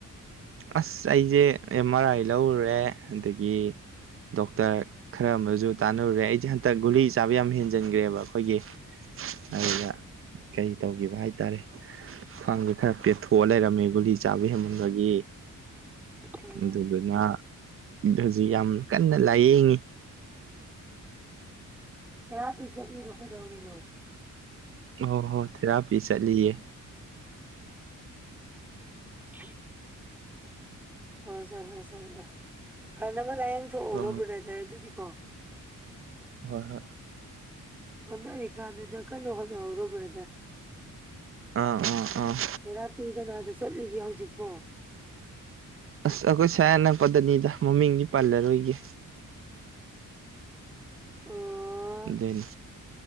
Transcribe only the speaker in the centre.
ꯎꯝ
ꯌꯥ ꯄꯤꯤꯁꯠꯅꯤ ꯔꯣꯀꯣꯗꯧꯔꯤ ꯂꯣ
ꯎ ꯑꯣ ꯆꯠꯂꯣ ꯆꯠꯂꯣ ꯐꯅꯅꯕ ꯂꯥꯏꯌꯦꯡꯊꯎꯔꯣ
ꯕ꯭ꯔꯥꯗꯔ ꯑꯗꯨꯗꯤꯀꯣ
ꯑꯣꯅꯔꯤꯀꯥꯟꯗꯨꯗ ꯀꯟꯏ ꯍꯣꯠꯅꯍꯧꯔꯣ ꯕꯔꯗ
ꯊꯦꯔꯥꯄꯤ ꯀꯅꯥꯗ ꯆꯠꯂꯤꯒꯦ ꯍꯧꯖꯤꯛꯄꯣ
ꯑ